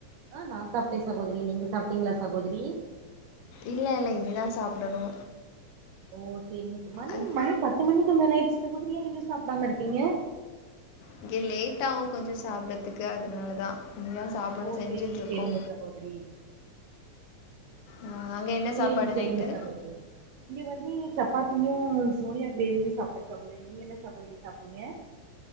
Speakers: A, on the right; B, on the left.
A: ஆ நா சாப்ட்டே சகோதரி நீங்க சாப்ட்டீங்ளா சகோதரி
B: இல்ல இல்ல இனிதா சாப்டணு
A: ஓ சேரிங்க ஸ் மணி
B: அங்
A: மணி பத்து மணிக்கு மேல ஆயிர்ச்சு சகோதரி ஏ இன்னு சாப்டாம இருக்கீங்க
B: இங்க லேட்டாவு கொஞ்ச சாப்ட்றத்துக்கு அதுனால தா இனிதா சாப்டணு
A: ஓ
B: செஞ்சுட்ருக்கோ
A: சேரிங்க சேரிங்க சகோதரி
B: ஆ அங்க என்ன
A: சேரிங்க
B: சாப்பாடு
A: சேரிங்க
B: நைட்டு
A: சகோதரி இங்க வந்து சப்பாத்தியு சோயா கிரேவியு சாப்ட்ட சகோதரி நீங்க என்ன சகோதரி சாப்ட்டீங்க